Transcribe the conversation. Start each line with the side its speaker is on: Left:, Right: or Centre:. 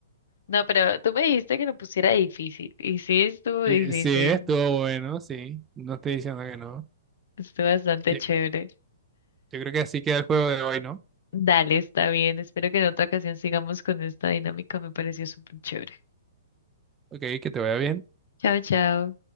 Left: No, pero tú me dijiste que lo pusiera difícil. Y sí estuvo difícil.
Right: y- sí, estuvo bueno, sí. No estoy diciendo que no.
Left: Estuvo bastante
Right: Sí,
Left: chévere.
Right: yo creo que así queda el juego de hoy, ¿no?
Left: Dale, está bien. Espero que en otra ocasión sigamos con esta dinámica. Me pareció súper chévere.
Right: Ok, que te vaya bien.
Left: Chao, chao.